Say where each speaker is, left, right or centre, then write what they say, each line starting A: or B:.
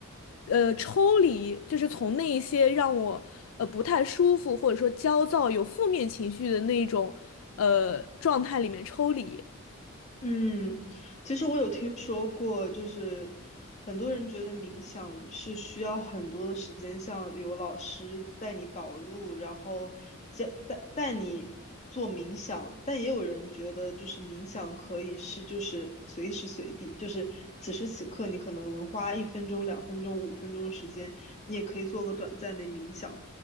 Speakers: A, on the left (about 70°); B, on the left (about 30°).
A: 呃，抽离就是从那一些让我呃不太舒服或者说焦躁、有负面情绪的那种呃状态里面抽离。
B: 嗯，其实我有听说过，就是很多人觉得冥想是需要很多的时间，像有老师带你导入，然后教带带你做冥想，但也有人觉得就是冥想可以是就是随时随地，就是此时此刻你可能花一分钟、两分钟、五分钟的时间，你也可以做个短暂的冥想。